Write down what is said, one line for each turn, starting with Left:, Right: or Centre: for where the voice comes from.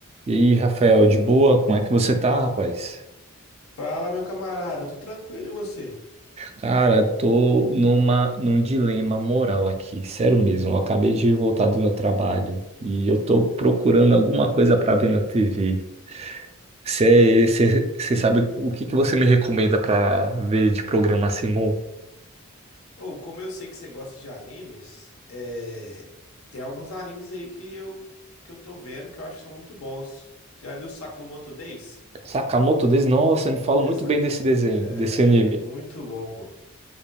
Right: E aí, Rafael, de boa? Como é que você tá, rapaz?
Left: Fala, meu camarada, tô tranquilo e você?
Right: Cara, tô numa, num dilema moral aqui, sério mesmo. Eu acabei de voltar do meu trabalho e eu tô procurando alguma coisa pra ver na TV. Você sabe o que que você me recomenda pra ver de programa assim, mo-
Left: Ou, como eu sei que você gosta de animes, é, tem alguns animes aí que eu que eu tô vendo que eu acho que são muito bons. Já viu Sakamoto Days?
Right: Sakamoto Days? Nossa, me fala
Left: É,
Right: muito
Left: sa-
Right: bem desse desenho,
Left: é
Right: desse anime.
Left: muito bom, pô.